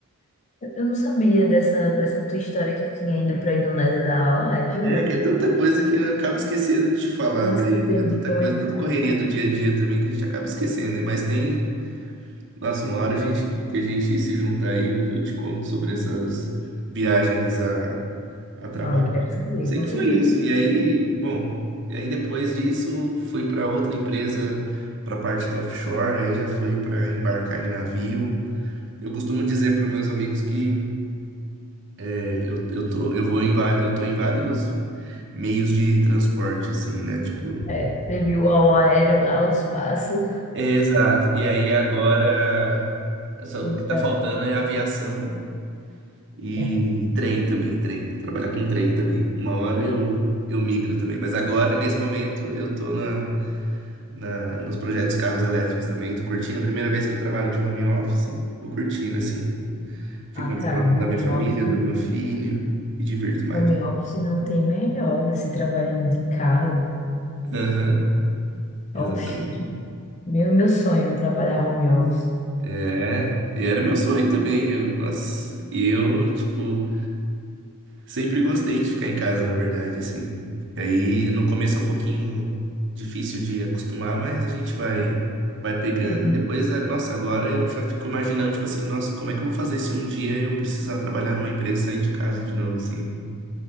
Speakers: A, on the left; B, on the right.
A: Eu não sabia dessa, dessa tua história que tu tinha ido pra Indonésia dar aula, é, juro.
B: É que é tanta coisa que eu acabo esquecendo de te falar
A: Tava esquecendo
B: daí, né? É tanta
A: de comentar,
B: coisa, tanta correria
A: cara.
B: do dia a dia também que a gente acaba esquecendo, né? Mas tem, nossa, uma hora a gente, que a gente se juntar aí, eu, eu te conto sobre essas viagens a, a trabalho.
A: Não, eu quero saber,
B: Eu sei
A: com
B: que
A: certeza
B: foi isso.
A: eu
B: E
A: quero
B: aí,
A: saber.
B: bom, e aí depois disso fui para outra empresa para parte de offshore, aí já foi para embarcar em navio. Eu costumo dizer para os meus amigos que é, eu, eu tô, eu vou em, va- eu tô em vários meios de transporte, assim, né? Tipo,
A: É, teve o ao aéreo lá, os passos.
B: é, exato. E aí agora, só
A: Foi
B: o que
A: pra...
B: tá faltando é aviação e
A: <laughs>
B: trem também, trem. Trabalhar com trem também. Uma hora eu, eu migro também. Mas agora, nesse momento, eu tô na na- nos projetos carros elétricos também. Tô curtindo. A primeira vez que eu trabalho de home office, tô curtindo, assim. Fico
A: Ah,
B: mais
A: cara,
B: próximo da
A: home
B: minha família,
A: office.
B: do meu filho, me divirto mais.
A: Home office não tem melhor, você trabalhando de casa.
B: Aham, exatamente.
A: Oxi, que- meu, meu sonho, é trabalhar home office.
B: É, e era meu sonho também. Eu, nossa, e eu, tipo, Sempre gostei de ficar em casa, na verdade, assim. E aí, no começo é um pouquinho difícil de acostumar, mas a gente vai vai pegando
A: O
B: e depois, eh, nossa, agora eu já fico imaginando, tipo assim, nossa, como é que eu vou fazer se um dia eu precisar trabalhar numa empresa e sair de casa de novo, assim,